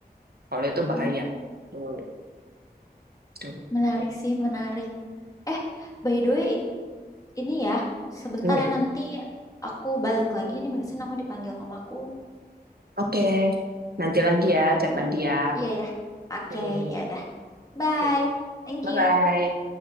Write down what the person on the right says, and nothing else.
Kalau itu
bahaya. Hmm, gitu.
<laughs>
Oke, nanti lagi ya,
chat lagi ya.
Ini, ya,
ya. Ya,
Bye-bye.